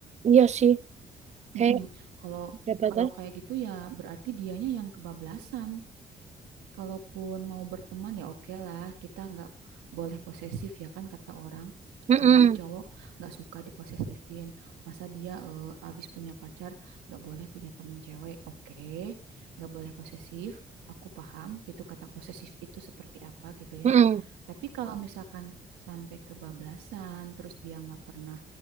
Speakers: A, on the right (about 35°); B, on the right (about 80°).
A: Iya sih. Kayak
B: Mm-mm. Kalau
A: ada batas.
B: kalau kayak gitu ya berarti dianya yang kebablasan. Kalaupun mau berteman ya oke lah kita nggak boleh posesif ya kan kata orang
A: Mm-mm.
B: katanya sih cowok nggak suka diposesifin masa dia eh, abis punya pacar nggak boleh punya temen cewek oke nggak boleh posesif aku paham gitu kata posesif itu seperti apa gitu ya
A: Mm-mm.
B: tapi kalau misalkan sampai kebablasan, terus dia nggak pernah